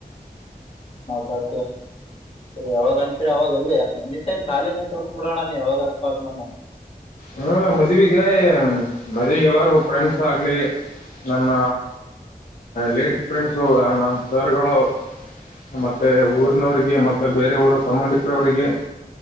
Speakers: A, on the left; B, on the left.
A: ಬರ್ ಯಾವಾಗ ಅನ್ ಅವಾಗ ಅಲ್ಲಿ ಎನಿಟೈಮ್ ಖಾಲಿ ನನ್ ತಳ್ಸ್ಕ್ ಬಿಡೋಣ ನೀ ಯಾವಾಗರ ಕಾಲ್ ಮಾಡಣ
B: ಹ್ಮ ಮದವಿ ಗ ಮದವಿಗೆಲ್ಲಾರು ಫ್ರೆಂಡ್ಸ್ ಆಗ್ಲಿ ನಮ್ಮ ಲೇಡಿಸ್ ಫ್ರೆಂಡ್ಸು ನಮ್ಮ ಸರ್ ಗಳು ಮತ್ತೆ
A: ಹೌದು
B: ಊರಿನವರಿಗೆ ಮತ್ತೆ ಬೇರೆ ಊರ ಸಂಬಂಧಿಕರವರಿಗೆ